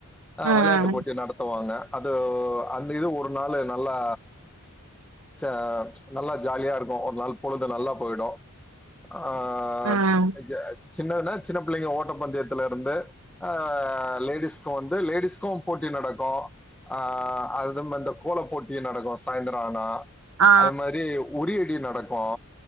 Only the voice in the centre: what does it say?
அ
வெளையாட்டுப் போட்டி நடத்துவாங்க அது அந்த இது ஒரு நாளு நல்லா ச நல்லா ஜாலியா இருக்கு ஒரு நாள் பொழுது நல்லா போயிடு ஆ
ஐய சின்னதுனா சின்ன பிள்ளைங்க ஓட்டப்பந்தயத்துல இருந்து அ லேடீஸ்க்கு வந்து லேடீஸ்க்கு போட்டி நடக்கு ஆ அதும் அந்த கோலப் போட்டி நடக்கு சாய்ந்தரோ ஆனா
அதே மாரி உரியடி நடக்கு